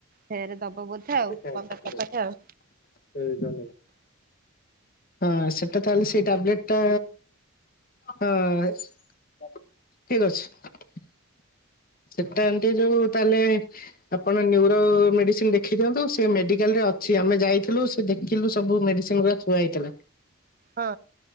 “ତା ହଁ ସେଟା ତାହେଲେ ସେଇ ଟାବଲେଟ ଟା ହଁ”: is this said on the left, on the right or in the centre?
Left